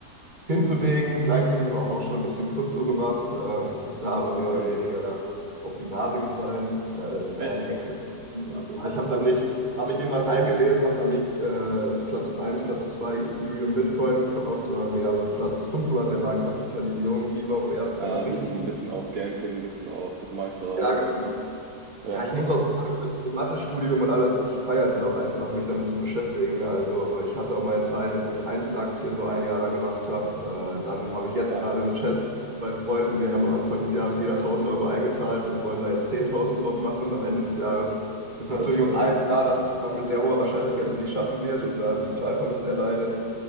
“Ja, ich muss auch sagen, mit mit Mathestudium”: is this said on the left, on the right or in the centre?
Right